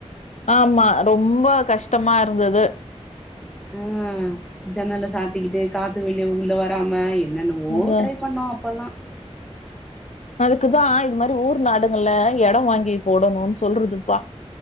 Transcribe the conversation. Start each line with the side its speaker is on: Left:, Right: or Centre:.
Left: ஆமா ரொம்ப கஷ்டமா இருந்துது
Centre: ம் ஜன்னல்ல சாத்திக்கிட்டு காத்து வெளிய உள்ள வராம என்ன என்னன்னவோ
Left: அதா
Centre: ட்ரை பண்ணோ அப்பல்லா
Left: அதுக்கு தா இது மாரி ஊர் நாடுகள்ல எடொ வாங்கி போடணுண்ணு சொல்றதுப்பா